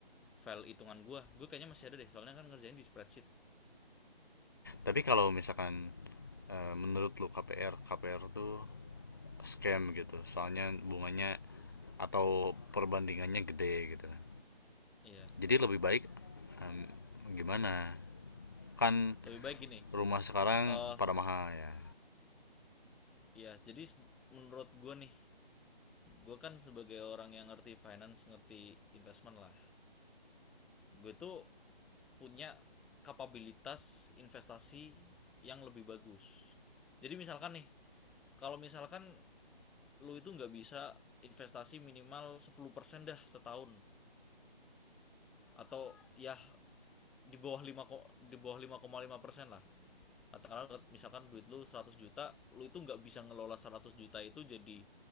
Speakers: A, in the centre; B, on the left (about 20°).
A: file hitungan gue gue kayaknya masih ada deh soalnya kan ngerjain di spreadsheet
B: tapi kalau misalkan eh, menurut lu KPR KPR tuh scam gitu soalnya bunganya atau perbandingannya gede gitu kan
A: iya yeah.
B: jadi lebih baik em, gimana kan
A: lebih baik gini
B: rumah sekarang
A: eh ya
B: pada mahal ya
A: yeah, jadi menurut gue nih gue kan sebagai orang yang ngerti finance ngerti investment lah gue tuh punya kapabilitas investasi yang lebih bagus jadi misalkan nih kalau misalkan lu itu nggak bisa investasi minimal 10% dah setahun atau ya di bawah 5 ko- di bawah 5,5 persen lah katakanlah misalkan duit lu 100 juta lu itu nggak bisa ngelola 100 juta itu jadi